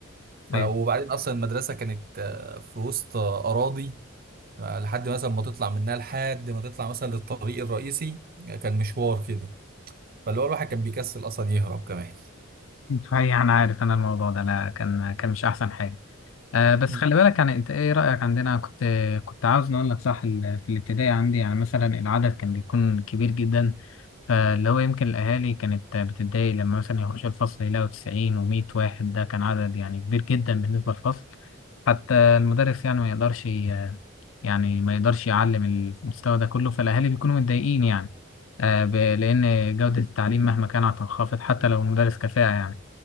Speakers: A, on the right; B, on the left.
A: ف...
B: ده.
A: وبعدين اصلا المدرسه كانت آه، في وسط آه، اراضي لحد مثلا ما تطلع منها لحد ما تطلع مثلا للطريق الرئيسي كان مشوار كده فاللي هو الواحد كان بيكسل اصلا يهرب كمان
B: صحيح انا عارف انا الموضوع ده لا كان كان مش احسن حاجه أه بس
A: مم.
B: خلي بالك يعني انت ايه رايك عندنا كنت كنت عاوز اقول لك صح ال- في الابتدائي عندي يعني مثلا العدد كان بيكون كبير جدا فاللي هو يمكن الاهالي كانت بتتضايق لما مثلا يخش الفصل يلاقوا 90 و100 واحد ده كان عدد يعني كبير جدا بالنسبه للفصل حتى المدرس يعني ما يقدرش ي- يعني ما يقدرش يعلم المستوى ده كله فالاهالي بيكونوا متضايقين يعني أه ب- لان جوده التعليم مهما كانت هتنخفض حتى لو المدرس كفاءه يعني